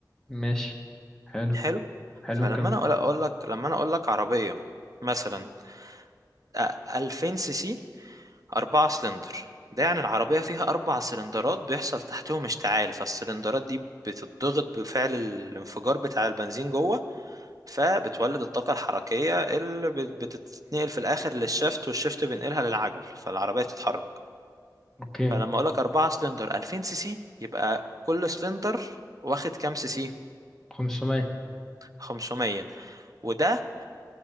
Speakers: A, in the centre; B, on the right (about 50°).
A: ماشي حلو
B: حلو
A: حلو
B: فلما
A: الكلام
B: انا
A: ده
B: اقول اقول لك لما انا اقول لك عربيه مثلا آه، 2000 سي سي 4 سلندر ده يعني العربيه فيها اربع سلندرات بيحصل تحتهم اشتعال فالسلندرات دي بتضغط بفعل الانفجار بتاع البنزين جوه فبتولد الطاقه الحركيه اللي بت- بتتنقل في الاخر للشفت والشفت بينقلها للعجل فالعربيه تتحرك
A: اوكي
B: فلما اقول لك 4 سلندر 2000 سي سي يبقى كل سلندر واخد كام سي سي
A: 500
B: 500 وده